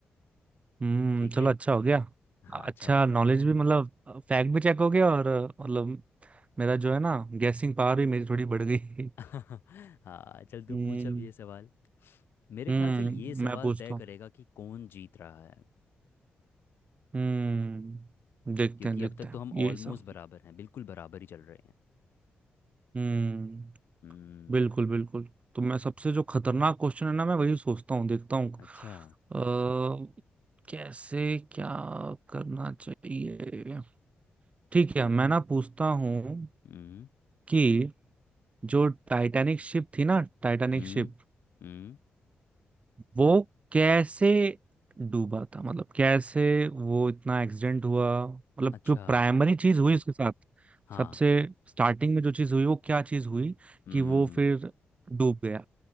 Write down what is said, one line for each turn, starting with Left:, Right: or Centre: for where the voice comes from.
Right: हम्म
Left: ठीक
Right: चलो
Left: है
Right: अच्छा हो गया
Left: हाँ
Right: अच्छा
Left: अच्छा हो गया
Right: नॉलेज भी मतलब फैक्ट भी चेक हो गया और अ, मतलब मेरा जो है ना गैसिंग पावर भी मेरी थोड़ी बढ़ गई
Left: <laughs> हाँ चल तू
Right: हम्म
Left: पूछ अब ये सवाल मेरे
Right: हम्म
Left: ख्याल से ये सवाल
Right: मैं पूछता
Left: तय करेगा
Right: हूँ
Left: कि कौन जीत रहा है
Right: हम्म देखते
Left: क्योंकि
Right: हैं देखते
Left: अब तक
Right: हैं
Left: तो हम ऑलमोस्ट
Right: ये सब
Left: बराबर हैं बिल्कुल बराबर ही चल रहे हैं
Right: हम्म
Left: हम्म
Right: बिल्कुल बिल्कुल तो मैं सबसे जो खतरनाक क्वेश्चन है ना मैं वही सोचता हूँ देखता हूँ
Left: अच्छा
Right: अ, कैसे क्या करना चाहिए ठीक है मैं ना पूछता हूँ
Left: हम्म
Right: कि जो टाइटैनिक शिप थी ना टाइटैनिक
Left: हम्म
Right: शिप
Left: हम्म
Right: वो कैसे डूबा था मतलब कैसे वो इतना एक्सीडेंट हुआ मतलब
Left: अच्छा
Right: जो प्राइमरी चीज हुई उसके साथ
Left: हाँ
Right: सबसे स्टार्टिंग में जो चीज हुई वो क्या चीज हुई
Left: हम्म
Right: कि वो फिर डूब गया